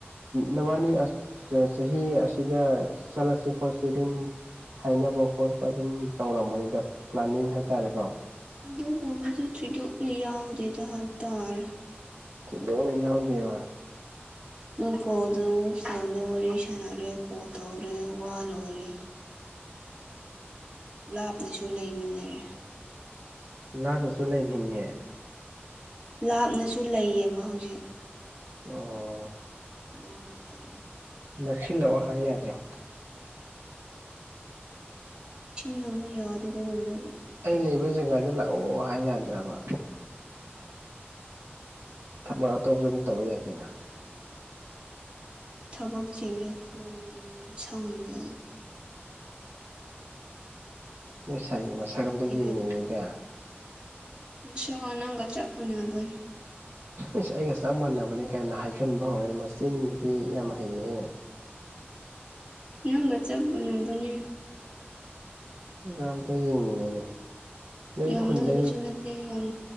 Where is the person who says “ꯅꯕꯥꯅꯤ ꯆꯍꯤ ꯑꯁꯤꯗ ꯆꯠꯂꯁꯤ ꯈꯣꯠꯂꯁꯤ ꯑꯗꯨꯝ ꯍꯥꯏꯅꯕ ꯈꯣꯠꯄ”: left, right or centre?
Right